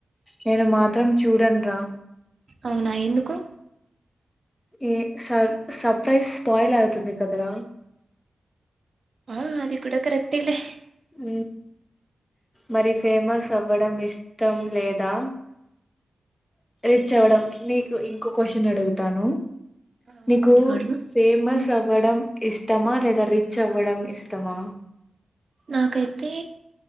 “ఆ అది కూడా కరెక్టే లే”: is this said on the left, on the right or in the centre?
Right